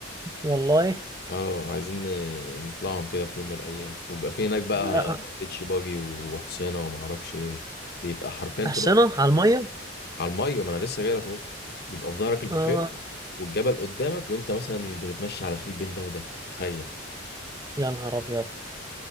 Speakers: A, on the right; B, on the left.
A: والله
B: اه عايزين ن- نطلعهم كده في يوم من الايام وبيبقى في هناك بقى
A: لا
B: بيتش باجي وحصينه وما اعرفش ايه بيبقى حرفيا
A: أحصنة
B: في ظهرك
A: على المية
B: على الميه ما انا لسه جاي لك اهو بيبقى في ظهرك البحيره
A: اه
B: والجبل قدامك وانت مثلا بتتمشى على خيل بين ده وده تخيل
A: يا نهار ابيض